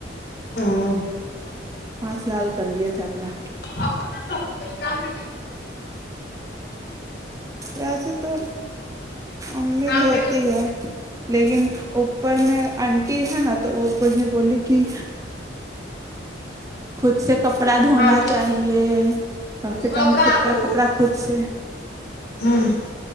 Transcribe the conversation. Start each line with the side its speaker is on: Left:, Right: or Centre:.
Left: ہاں
Right: ہاتھ لال کر لیے تھے اپنا
Left: کوئی کام پہ
Right: ویسے تو امید
Left: کام
Right: ہوتی
Left: پہ
Right: ہے لیکن اوپر میں آنٹی ہے نا تو وہ کچھ بھی بولے گی خود سے کپڑا دھونا
Left: ہاں ٹھیک
Right: چاہیے کم سے
Left: ہو
Right: کم خود کا
Left: وہ
Right: کپڑا خود سے
Left: ہوں